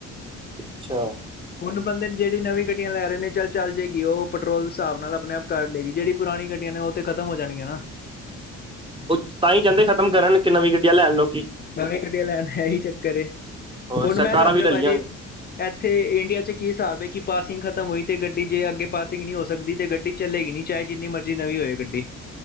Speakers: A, on the right (about 15°); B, on the left (about 35°).
A: ਅੱਛਾ।
B: ਹੁਣ ਬੰਦੇ ਜਿਹੜੀ ਨਵੀਂ ਗੱਡੀਆਂ ਲੈ ਰਹੇ ਨੇ, ਚੱਲ ਚੱਲ ਜਾਏਗੀ ਉਹ ਪਟਰੋਲ ਹਿਸਾਬ ਨਾਲ ਆਪਣੇ ਆਪ ਕਰ ਲਏਗੀ, ਜਿਹੜੀ ਪੁਰਾਣੀ ਗੱਡੀਆਂ ਨੇ ਉਹ ਤੇ ਖਤਮ ਹੋ ਜਾਣਗੀਆਂ ਨਾ!
A: ਉਹ ਤਾਂ ਹੀ ਚਾਂਦੇ ਖ਼ਤਮ ਕਰਨ ਕਿ ਨਵੀਂ ਗੱਡੀਆਂ ਲੈਣ ਲੋਕੀਂ
B: ਨਵੀ ਗੱਡੀਆਂ ਲੈਣ, ਇਹੀ ਚੱਕਰ ਏ,
A: ਹੋਰ
B: ਹੁਣ
A: ਸਰਕਾਰਾਂ
B: ਮੈਂ ਦੱਸ
A: ਵੀ
B: ਰਿਹਾ
A: ਲੈ
B: ਭਾ
A: ਲਈਆਂ
B: ਜੀ ਐਥੇ ਇੰਡੀਆ ਚ ਕੀ ਹਿਸਾਬ ਹੈ ਕਿ ਪਾਸਿੰਗ ਖ਼ਤਮ ਹੋਈ ਤੇ ਗੱਡੀ ਜੇ ਅੱਗੇ ਪਾਸਿੰਗ ਨਹੀਂ ਹੋ ਸਕਦੀ ਤੇ ਗੱਡੀ ਚਲੇਗੀ ਨੀ, ਚਾਏ ਜਿੰਨੀ ਮਰਜ਼ੀ ਨਵੀਂ ਹੋਏ ਗੱਡੀ।